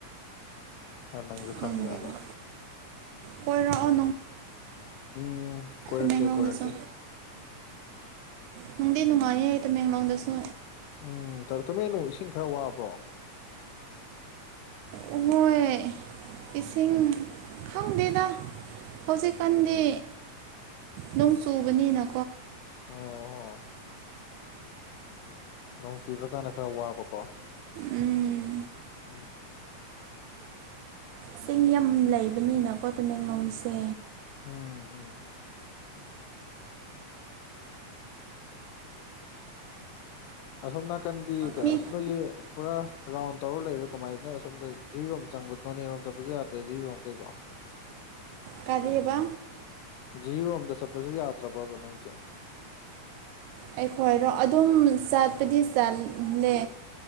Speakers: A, on the left; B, on the right.
A: ꯑ ꯅꯪꯖꯣꯈꯥꯡꯖꯂ
B: ꯈꯪꯗꯦꯕ ꯀꯣꯏꯔꯛꯑꯣ
A: ꯎꯝ ꯀꯣꯏꯔꯛꯀꯦ
B: ꯃꯦꯒꯥꯥ
A: ꯀꯣꯏꯔꯛꯀꯦ
B: ꯍꯒ ꯁꯣ ꯅꯨꯡꯗꯤ ꯅꯨꯡꯉꯥꯏꯌꯦ ꯇꯃꯦꯡꯂꯣꯡꯗꯁꯨ
A: ꯎꯝ ꯇꯔ ꯇꯃꯦꯩꯅꯣ ꯏꯁꯤꯡ ꯈꯔ ꯋꯥꯕ꯭ꯔꯣ <unintelligible>
B: ꯍꯣꯏ ꯏꯁꯤꯡ ꯈꯪꯗꯦꯗ ꯍꯧꯖꯤꯛꯀꯥꯟꯗꯤ ꯅꯅꯨꯡ ꯁꯨꯕꯅꯤꯅ
A: ꯑꯣ ꯍꯣ ꯅꯣꯡ ꯆꯨꯗ꯭ꯔꯀꯥꯟꯗ ꯈꯔ ꯋꯥꯕꯀꯣ
B: ꯎꯝ
A: ꯎꯝ
B: ꯆꯤꯡ ꯌꯥꯝ ꯂꯩꯕꯅꯤꯅꯀꯣ ꯇꯃꯦꯡꯂꯣꯡꯁꯦ
A: ꯎꯝ ꯎꯝ ꯎꯝ ꯑꯁꯣꯝ ꯅꯥꯀꯟꯗꯤ
B: ꯃꯤ
A: ꯑ ꯅꯣꯏꯁ ꯄꯨꯔꯥ ꯔꯥꯎꯟ ꯇꯧꯔ ꯂꯩꯔꯣ ꯀꯃꯥꯏꯅꯣ ꯁꯣꯝꯗ ꯖꯤꯔꯤꯔꯣꯝ ꯆꯪꯕ ꯅꯣꯅꯦꯔꯣꯝ ꯆꯠꯄꯁꯨ ꯌꯥꯗ꯭ꯔꯦ ꯖꯤꯔꯤꯔꯣꯝ ꯀꯩꯀꯣ <unintelligible>
B: ꯀꯔꯤꯕ
A: ꯖꯤꯔꯣꯝꯗ ꯆꯠꯄꯁꯨ ꯌꯥꯗ꯭ꯔꯕꯣꯕ ꯅꯣꯏꯁꯦ
B: ꯑꯩꯈꯣꯏꯔꯣ ꯑꯗꯨꯝ ꯆꯠꯄꯗꯤ ꯆꯠꯂꯦ